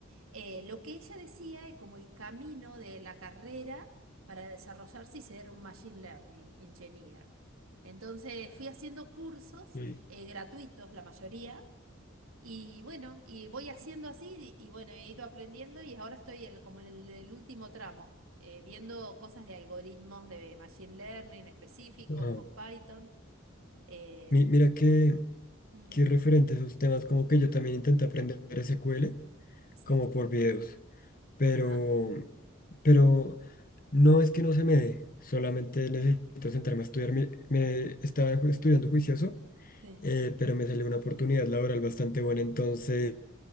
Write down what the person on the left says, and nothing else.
sí.
Ah.
Mi- mira que,
que referente a esos temas, como que yo también intenté aprender SQL,
como por videos, pero,
pero no es que no se me dé, solamente necesito sentarme a estudiar. Mi- Me, estaba ju- estudiando juicioso
eh, pero me salió una oportunidad laboral bastante buena, entonces